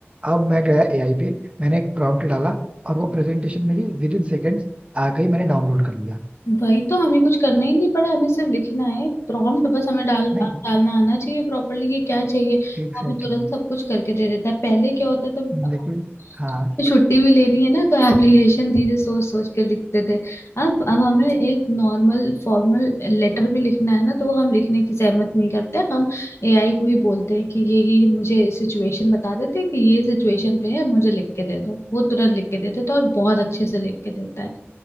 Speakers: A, on the right (about 25°); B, on the left (about 85°).
A: अब मैं गया एआई पे मैंने एक प्रॉम्प्ट डाला और वो प्रेजेंटेशन मेरी विद इन सेकेंड्स आ गई मैंने डाउनलोड कर लिया
B: वही तो हमें कुछ करना ही नहीं पड़ा हमें सिर्फ लिखना है प्रॉम्प्ट बस हमें डाल
A: नहीं
B: आ- डालना आना चाहिए प्रॉपरली कि क्या चाहिए वो
A: एग्जैक्टली
B: हमें तुरंत सब कुछ करके दे देता है पहले क्या होता था, तो
A: exactly. लेकिन हाँ
B: छुट्टी भी लेनी है ना तो एप्लीकेशन धीरे सोच सोच के लिखते थे अब अब हमें एक नॉर्मल फॉर्मल लेटर भी लिखना है ना तो वो हम लिखने की सहमत नहीं करते हम एआई को ही बोलते हैं कि ये ये मुझे सिचुएशन बता देते हैं कि ये सिचुएशन पे है मुझे लिख के दे दो वो तुरंत लिख के देते तो और बहुत अच्छे से लिख के देता है